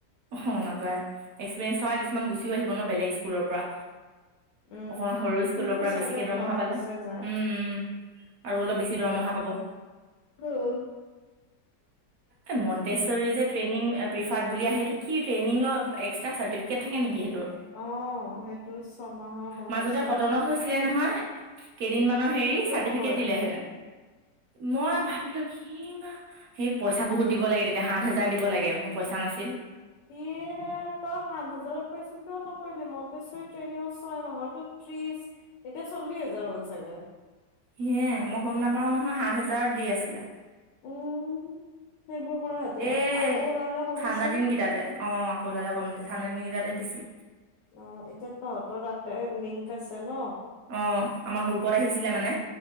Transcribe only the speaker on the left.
উম
সেইটো
চাইডত
ধৰ
আছে
যাৰ
অ'
অ' অ' সেইটো ছমাহৰ মন্তচৰ
ফ্ৰী
নকৰিলে।
<inaudible>
এ তই সাত হাজাৰত পাইছ কিয় নক। কৰি মন্তেশ্বৰী ট্ৰেইনিংত ছয় মাহৰতো ত্ৰিশ এতিয়া চল্লিশ হাজাৰ হ'ল চাগে।
উম সেইবোৰ কৰা হতে
আকৌ ওলালে কবিচোন।
অ' এতিয়া তহঁতৰ তাতে লিংক আছে ন'